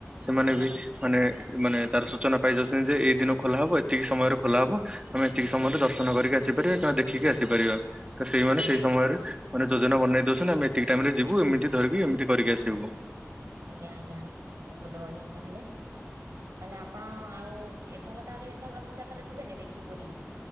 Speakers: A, on the right; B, on the right.
A: ସେମାନେ
B: ଆଜ୍ଞା
A: ବି ମାନେ ମାନେ ତାର ସୂଚନା ପାଇ ଯାଉଚନ୍ତି ଯେ ଏଇ ଦିନ ଖୋଲା ହବ ଏତିକି ସମୟରେ ଖୋଲା ହବ। ଆମେ ଏତିକି ସମୟରେ ଦର୍ଶନ କରିକି ଆସିପାରିବା କିମ୍ବା ଦେଖିକି ଆସିପାରିବା। ତ ସେଇମାନେ ସେଇ ସମୟରେ ମାନେ ଯୋଜନା ବନେଇ ଦଉସନ୍ତି ଆମେ ଏତିକି ଟାଇମରେ ଯିବୁ ଏମିତି ଧରିକି ଏମିତି କରିକି ଆସିବୁ।
B: ଆଜ୍ଞା ଆଜ୍ଞା ବହୁତ ବଢ଼ିଆ ତାହାଲେ। ମାନେ ଆପଣ ଆଉ ଏଥର ତାହେଲେ ଏଥର ରଥଯାତ୍ରା ଯିବେନି ଦେଖି ପୁରୀ?